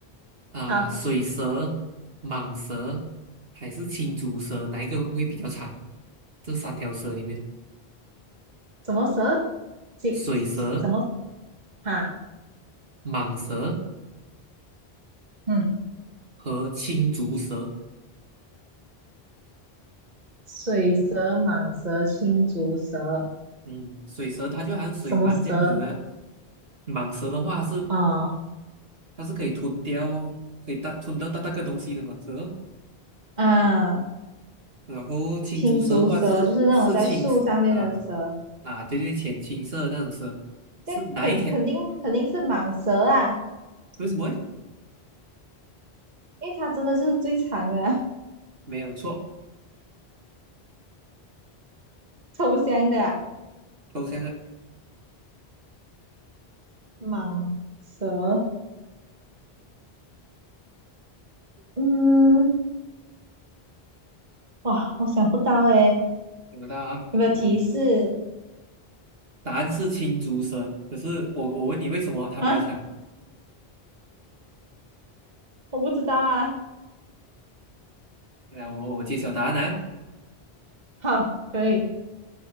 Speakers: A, on the right (about 70°); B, on the right (about 45°).
A: 啊，
B: 好，
A: 水蛇、蟒蛇还是青竹蛇，哪一个会比较长？这三条蛇里面，
B: 什么蛇？金
A: 水蛇、
B: 什么哈？
A: 蟒蛇
B: 嗯，
A: 和青竹蛇，
B: 水蛇、蟒蛇、青竹蛇，
A: 嗯，水蛇它就好像水鳗这样子的，
B: 什么蛇？
A: 蟒蛇的话是
B: 哦，
A: 它是可以吞掉哦，可以大吞到大大个东西的嘛，是哦。
B: 啊，
A: 然后青竹蛇的话是是青啊
B: 青竹蛇就是那种在树上面的蛇，
A: 啊，对对，浅青色的那种蛇，
B: 这样肯肯定肯定是蟒蛇啊，
A: 是哪一条？为什么诶？
B: 因为它真的是最长的啊，
A: 没有错，
B: <laughs> 臭不香的啊
A: 抽象啊，
B: 蟒蛇。嗯，哇，我想不到诶，
A: 有的啊，
B: 有没有提示
A: 你答案是青竹蛇，可是我我问你为什么它比较长？
B: 啊？我不知道啊。
A: 来，我我揭晓答案啊，
B: 好，可以。